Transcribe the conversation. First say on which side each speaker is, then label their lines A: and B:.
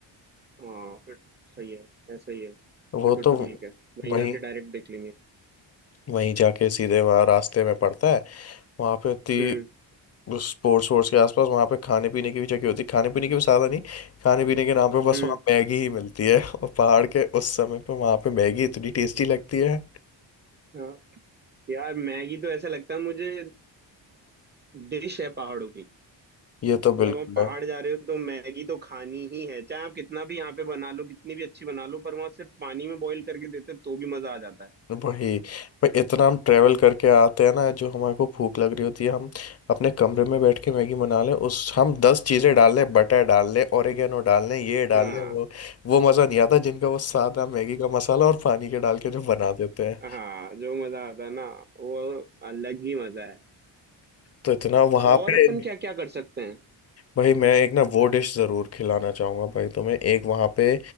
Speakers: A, on the right; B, on the left.
A: हाँ फिर सही है ऐसा ही है
B: वो
A: फिर तो
B: तो
A: ठीक है वहीं
B: वहीं
A: जाके डायरेक्ट देख लेंगे
B: वहीं जाके सीधे वहाँ रास्ते में पड़ता है वहाँ पे इतनी
A: हम्म
B: स्पोर्ट्स वोर्ट्स के आसपास वहाँ पे खाने पीने की भी जगह होती है खाने पीने की भी साधन नहीं खाने पीने के नाम पे बस
A: हम्म
B: वहाँ मैगी ही मिलती है और पहाड़ के उस समय पे वहाँ पे मैगी इतनी टेस्टी लगती है
A: हाँ। यार मैगी तो ऐसा लगता है मुझे डिश है पहाड़ों की
B: ये तो बिल्कुल
A: मतलब आप पहाड़
B: है
A: जा रहे हो तो मैगी तो खानी ही है चाहे आप कितना भी यहाँ पे बना लो कितनी भी अच्छी बना लो पर वहां सिर्फ पानी में बॉईल करके देते हैं, तो भी मजा आ जाता है
B: वही भाई इतना हम ट्रैवल करके आते हैं ना जो हमारे को भूख लग रही होती है हम अपने कमरे में बैठ के मैगी बना लें उस हम दस चीज़ें डाल लें बटर डाल लें ओरिगेनो डाल लें ये डाल
A: हाँ
B: लें वो वो मज़ा नहीं आता जिनका वो सादा मैगी का मसाला और पानी के डाल के जो बना देते हैं
A: हाँ जो मजा आता है ना वो अलग ही मजा
B: तो इतना वहाँ
A: और
B: पे
A: अपन क्या क्या कर सकते हैं
B: भाई मैं एक ना वो डिश ज़रूर खिलाना चाहूँगा भाई तुम्हें एक वहाँ पे